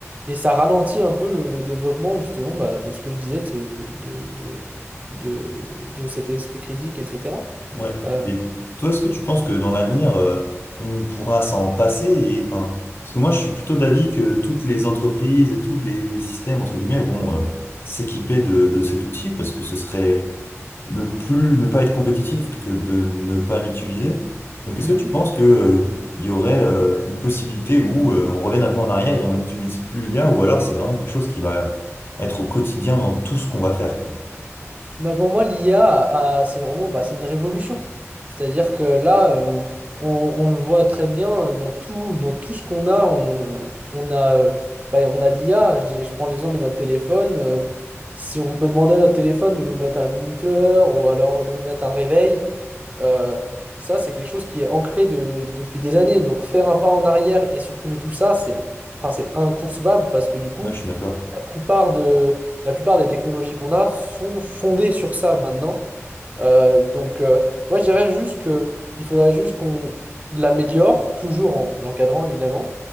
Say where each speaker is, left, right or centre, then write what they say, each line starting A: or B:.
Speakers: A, on the right (about 30°); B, on the left (about 50°).
A: et ça ralentit un peu le, le développement justement bah, de ce que je disais, de, ce- de, de, de, de cet esprit critique, etc.
B: Ouais.
A: Euh,
B: Mais toi, est-ce que tu penses que dans l'avenir, euh, on pourra s'en passer et, enfin, parce que moi, je suis plutôt d'avis que toutes les entreprises et tous les, les systèmes, entre guillemets, vont euh, s'équiper de, de cet outil parce que ce serait ne plus, ne pas être compétitif que de ne pas l'utiliser. Donc, est-ce
A: mhm.
B: que tu penses que, euh, il y aurait euh, une possibilité où euh, on revienne un peu en arrière et on n'utilise plus l'IA ou alors c'est vraiment quelque chose qui va être au quotidien dans tout ce qu'on va faire, quoi.
A: Bah, pour moi, l'IA, a- a- a- c'est vraiment bah, c'est une révolution. C'est-à-dire que là, euh, on, on le voit très bien euh, dans tout, dans tout ce qu'on a, on, on a, euh, bah, on a de l'IA. Je, dis- je prends l'exemple de notre téléphone. euh, si on peut demander à notre téléphone de nous mettre un minuteur ou alors de nous mettre un réveil, Euh, ça, c'est quelque chose qui est ancré de- depuis des années. Donc faire un pas en arrière et supprimer tout ça, c'est enfin, c'est inconcevable parce que du coup,
B: Ouais, je suis d'accord.
A: la plupart de, la plupart des technologies qu'on a sont fondées sur ça maintenant. Euh, donc euh, moi, je dirais juste que il faudrait juste qu'on l'améliore, toujours en l'encadrant évidemment,